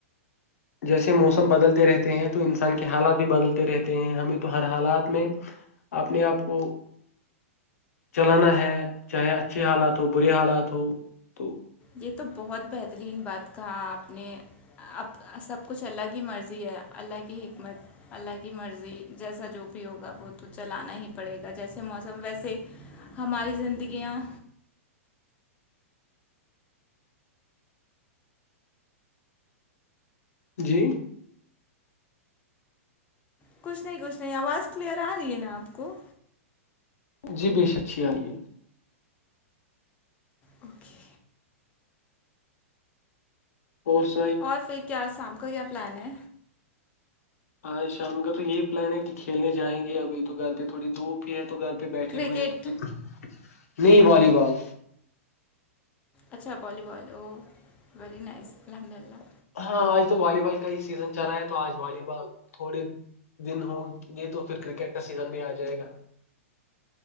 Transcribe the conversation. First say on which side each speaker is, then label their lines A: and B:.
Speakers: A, on the left; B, on the left.
A: جیسے موسم بدلتے رہتے ہیں تو انسان کے حالات بھی بدلتے رہتے ہیں ہمیں تو ہر حالات میں آپ نے آپ کو چلانا ہے چاہے اچھے حالات ہو برے حالات ہو تو
B: یہ تو بہت بہترین بات کہا آپ نے اب سب کچھ اللہ کی مرضی ہے اللہ کی حکمت اللہ کی مرضی جیسا جو بھی ہوگا وہ تو چلانا ہی پڑے گا جیسے موسم ویسے ہماری زندگیاں
A: جی
B: کچھ نہیں کچھ نہیں آواز کلیئر آ رہی ہے نا آپ کو
A: جی بے شک اچھی آرہی ہے
B: اوکے
A: فورس
B: اور پھر کیا شام کا کیا پلان ہے
A: ہاں شام کا تو یہی پلان ہے کہ کھیلنے جائیں گے ابھی تو گھر پہ تھوڑی دھوپ ہے تو گھر پہ بیٹھے
B: کرکٹ
A: ہوئے ہیں تو پھر نہیں والی بال
B: اچھا بالی بال او وری نائس الحمد اللہ
A: ہاں آج تو والی بال کا ہی سیزن چل رہا ہے تو آج والی بال تھوڑی دن ہوگی تو پھر کرکٹ کا سیزن بھی آ جائے گا